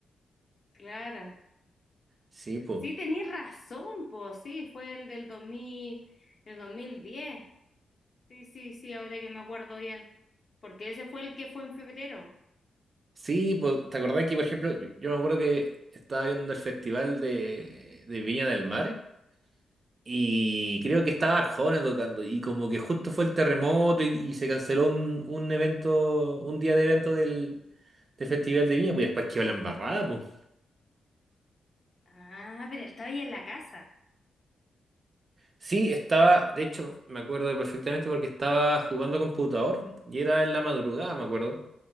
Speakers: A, on the left (about 50°); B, on the right (about 50°).
A: Claro.
B: Sí, pues.
A: Sí, tenías razón, pues sí, fue el del dos mil, el 2010. Sí, sí, sí, ahora que me acuerdo bien. Porque ese fue el que fue en febrero.
B: Sí, pues, ¿te acordás que, por ejemplo, yo, yo me acuerdo que estaba viendo el festival de, de Viña del Mar y creo que estaba Arjona tocando y como que justo fue el terremoto y, y se canceló un, un evento, un día de evento del, del festival de Viña, pues después quedó la embarrada, pues.
A: Ah, pero estaba ahí en la casa.
B: Sí, estaba, de hecho, me acuerdo perfectamente porque estaba jugando computador y era en la madrugada, me acuerdo.